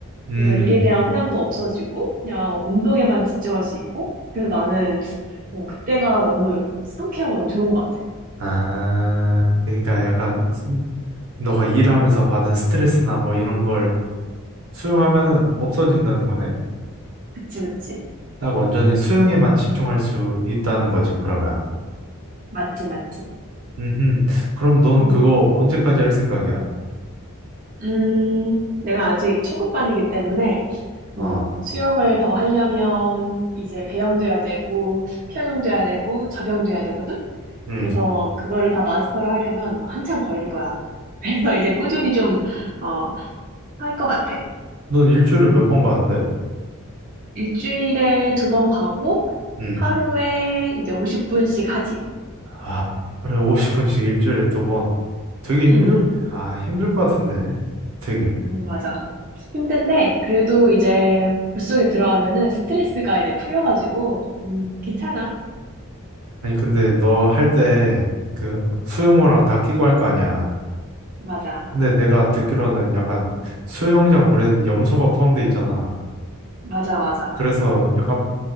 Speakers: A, on the right (about 75°); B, on the right (about 40°).
A: 음.
B: 그래서 일에 대한 생각도 없어지고, 그냥 운동에만 집중할 수 있고, 그래서 나는 어, 그때가 너무 상쾌하고 너무 좋은 것 같아.
A: 아, 그러니까 약간 스- 너가 일하면서 받은 스트레스나 뭐 이런 걸 수용하면은 없어진다는 거네.
B: 그치, 그치.
A: 딱 온전히 수용에만 집중할 수 있다는 거지, 그러면.
B: 맞지, 맞지.
A: 음, 그럼 넌
B: 음.
A: 그거 언제까지 할 생각이야?
B: 음, 내가 아직 초급반이기 때문에,
A: 어,
B: 음, 수영을 더 하려면 이제 배영도 해야 되고, 평영도 해야 되고, 접영도 해야 되거든?
A: 음.
B: 그래서 그거를 다 마스터를 하려면 막 한참 걸릴 거야. <laughs> 그래서 이제 꾸준히 좀, 어, 할 것 같아.
A: 넌 일주일에 몇 번 가는데?
B: 일주일에 두 번 가고,
A: 음.
B: 하루에 이제 50분씩 하지.
A: 아, 하루에 50분씩 일주일에 두 번. 되게 힘들,
B: 음.
A: 아, 힘들 것 같은데. 되게.
B: 음, 맞아. 힘든데, 그래도 이제 물속에 들어가면은 스트레스가 이제 풀려가지고, 음, 괜찮아.
A: 아니, 근데 너 할 때 그 수영모랑 다 끼고 할 거 아니야.
B: 맞아.
A: 근데 내가 듣기로는 약간 수영장 물에는 염소가 포함돼 있잖아.
B: 맞아, 맞아.
A: 그래서 약간